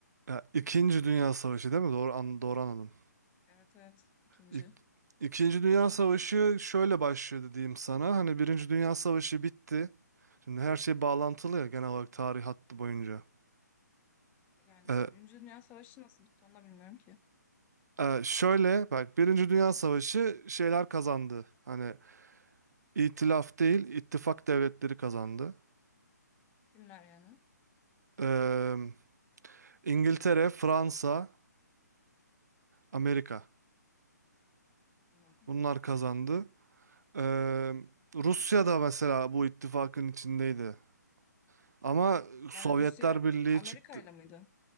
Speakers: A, on the right (about 65°); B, on the left (about 15°).
A: Ya, İkinci Dünya Savaşı değil mi? Doğru, an, doğru anladım.
B: Evet evet ikinci.
A: İk, İkinci Dünya Savaşı şöyle başlıyor diyeyim sana. Hani Birinci Dünya Savaşı bitti. Şimdi her şey bağlantılı ya genel olarak tarih hattı boyunca.
B: Yani
A: Ee,
B: Birinci Dünya Savaşı nasıl bitti onu da bilmiyorum ki.
A: e, şöyle bak Birinci Dünya Savaşı şeyler kazandı. Hani itilaf değil ittifak devletleri kazandı.
B: Kimler yani?
A: Ee, İngiltere, Fransa, Amerika.
B: Anladım.
A: Bunlar kazandı. Ee, Rusya da mesela bu ittifakın içindeydi. Ama Sovyetler
B: Yani Rusya
A: Birliği
B: Amerika
A: çıktı.
B: ile miydi?